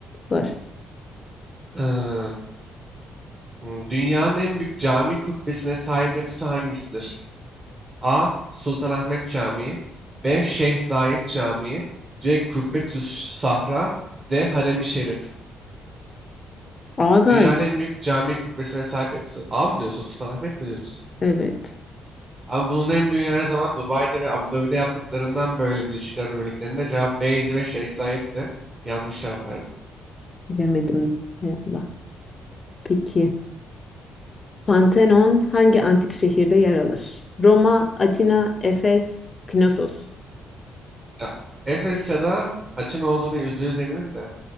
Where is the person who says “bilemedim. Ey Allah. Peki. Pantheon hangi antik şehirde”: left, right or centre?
Left